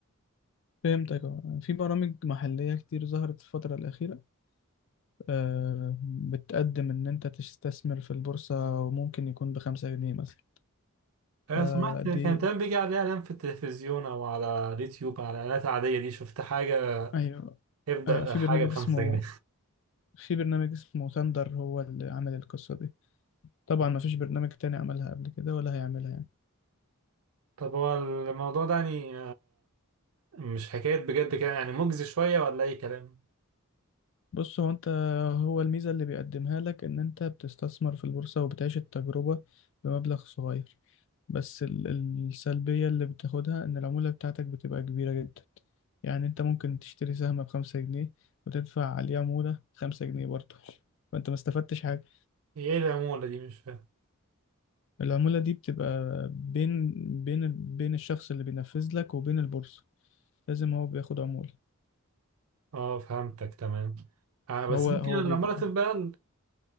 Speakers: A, on the left; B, on the right.
A: فهمتك اه في برامج محلية كتير ظهرت الفترة الأخيرة آه، بتقدم إن أنت تستثمر في البورصة وممكن يكون بخمسة جنيه مثلا
B: انا
A: فدي
B: سمعت كان دايما بيجي عليها اعلان في التلفزيون او على اليوتيوب على الاعلانات العادية دي شفت حاجة
A: أيوه
B: يبدأ
A: أيوه في
B: حاجة
A: برنامج
B: بخمسة
A: اسمه
B: جنيه
A: في برنامج اسمه ثاندر هو اللي عمل القصة دي طبعا ما فيش برنامج تاني عملها قبل كده ولا هيعملها يعني
B: طب هو الموضوع ده يعني مش حكاية بجد كده يعني مجزي شوية ولا أي كلام؟
A: بص هو انت هو الميزة اللي بيقدمها لك ان انت بتستثمر في البورصة وبتعيش التجربة بمبلغ صغير بس ال- السلبية اللي بتاخدها ان العمولة بتاعتك بتبقى كبيرة جدا يعني انت ممكن تشتري سهم بخمسة جنيه وتدفع عليه عمولة خمسة جنيه برضه فانت ما استفدتش حاجة
B: هي إيه العمولة دي مش فاهم؟
A: العمولة دي بتبقى بين بين بين الشخص اللي بينفذ لك وبين البورصة لازم هو بياخد عمولة
B: آه فهمتك تمام آه بس
A: هو
B: يمكن
A: هو
B: العمولة
A: بيبقى
B: تبقى أقل.